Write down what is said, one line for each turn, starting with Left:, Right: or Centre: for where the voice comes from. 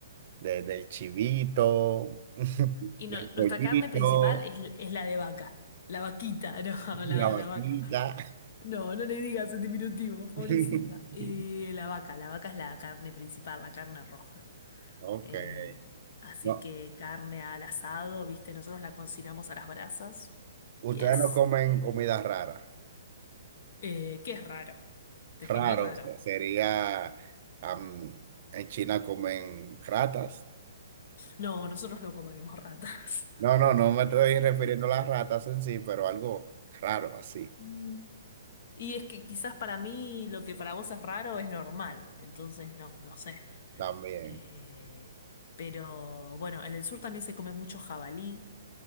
Right: de- del chivito, <laughs>
Left: y
Right: del
Left: no-
Right: pollito,
Left: nuestra carne principal es, es la de vaca. La vaquita, <laughs> no, la,
Right: la vaquita?
Left: la vaca. No, no le digas en diminutivo, pobrecita.
Right: <laughs>
Left: Eh, la vaca, la vaca es la carne principal, la carne roja.
Right: Ok.
Left: Eh, así
Right: No,
Left: que carne al asado, viste, nosotros la cocinamos a las brasas.
Right: ustedes
Left: Yes.
Right: no comen
Left: Y,
Right: comida rara.
Left: eh, ¿qué es raro? Definir
Right: Raro,
Left: raro.
Right: o sea, sería am, en China comen ratas.
Left: No, nosotros no comemos ratas. <laughs>
Right: No, no, no me estoy refiriendo a las ratas en sí, pero algo raro así
Left: Mm. Y es que quizás para mí lo que para vos es raro es normal, entonces no, no sé.
Right: también.
Left: Eh, pero bueno, en el sur también se come mucho jabalí,